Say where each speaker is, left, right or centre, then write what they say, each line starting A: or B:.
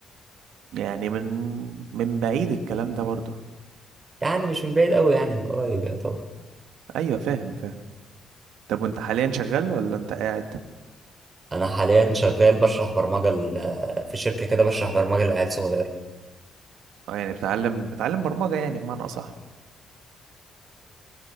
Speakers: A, on the right; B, on the right.
A: يعني من من بعيد الكلام ده برضه
B: يعني مش من بعيد قوي يعني من قريب يا طبعا
A: ايوه فاهم فاهم طب وانت حاليا شغال ولا انت قاعد
B: انا حاليا شغال بشرح برمجة ل- في شركة كده بشرح برمجة لعيال صغيرة
A: اه يعني بتعلم بتعلم برمجة يعني بمعنى اصح